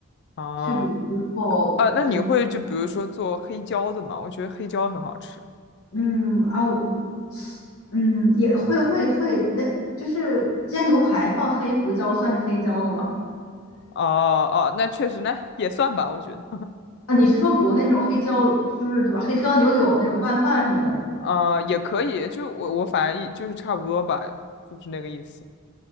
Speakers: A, on the left; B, on the left.
A: 哦
B: 去骨之后只
A: 啊，那你会就比如说做黑椒的吗？我觉得黑椒很好吃。
B: 嗯啊，我嗯也会会会，那就是煎牛排放黑胡椒算是黑椒的吗？
A: 哦哦，那确实，那也算吧，我觉得，
B: 啊，你是说国内那种黑椒汁对吧？黑椒牛柳那种拌饭什么的？
A: 啊，也可以。就我我反正一就是差不多吧，就是那个意思。